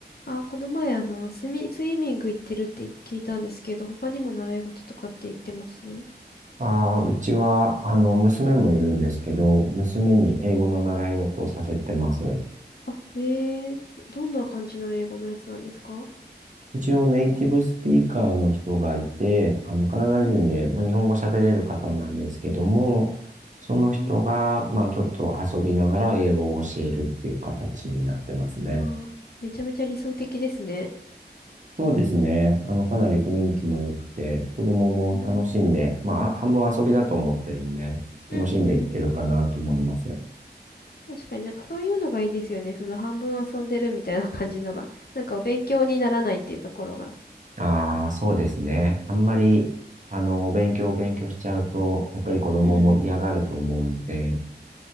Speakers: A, on the left; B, on the right.
A: あ、この前、あの、スミ、スイミング行ってるって聞いたんですけど、他にも習い事とかって言ってます
B: ああ、うちは、あの、娘もいるんですけど、娘に英語の習い事をさせてます。
A: あ、えー、どどんな感じの英語のやつなんですかう
B: 一応ネイティブスピーカーの人がいて、あの、カナダ人で、
A: ーん、
B: まあ、
A: う
B: 日本語喋れる方なんですけども、その人が、
A: ーん、
B: まあ、ちょっと遊びながら英語を教えるっていう形になってますね。
A: あー、めちゃめちゃ理想的ですね。
B: そうですね。あの、かなり雰囲気も良くて、子供も楽しんで、
A: うん、
B: まあ、あ半分遊びだと思ってるんで、楽しんでいってるかなと思います。
A: うん、うん。確かになんかそういうのがいいですよね。その半分遊んでるみたいな感じのが。なんかお勉強にならないっていうところが。
B: ああ、そうですね。あんまり、あの、お勉強お勉強しちゃうと、やっぱり子供も嫌がると思うので、
A: うん。